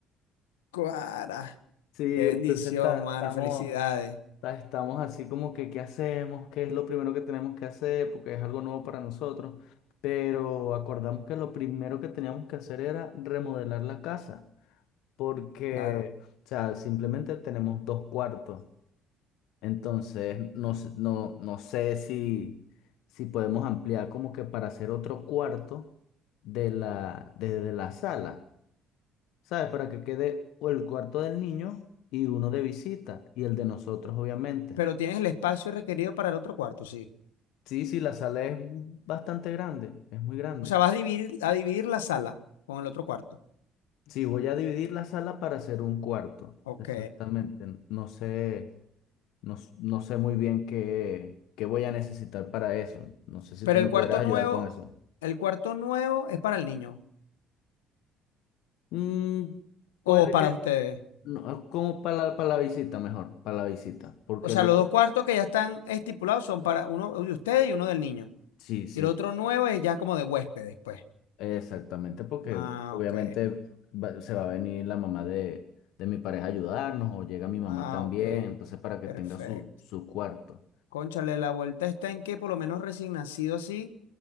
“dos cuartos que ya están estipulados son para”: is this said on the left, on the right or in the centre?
Left